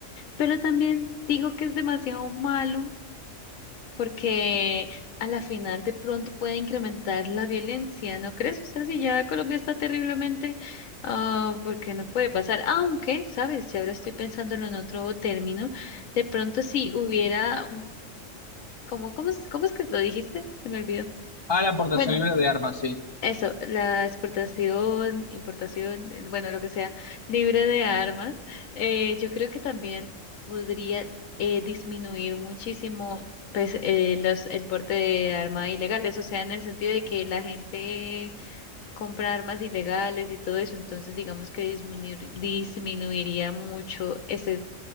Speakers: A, on the left (about 80°); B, on the left (about 35°).
A: Pero también digo que es demasiado malo porque a la final de pronto puede incrementar la violencia, ¿no crees? O sea, si ya Colombia está terriblemente, ah, porque no puede pasar, aunque, ¿sabes? Si ahora estoy pensándolo en otro término, de pronto si hubiera, un- ¿cómo, cómo es, cómo es que lo dijiste? Se me olvidó.
B: Ah, la portación
A: Bueno.
B: libre de armas, sí.
A: Eso, la exportación, importación, eh, bueno, lo que sea, libre de armas, eh, yo creo que también podría eh, disminuir muchísimo pues, eh, los, el porte de armas ilegales, o sea, en el sentido de que la gente compra armas ilegales y todo eso, entonces digamos que disminuir- disminuiría mucho ese,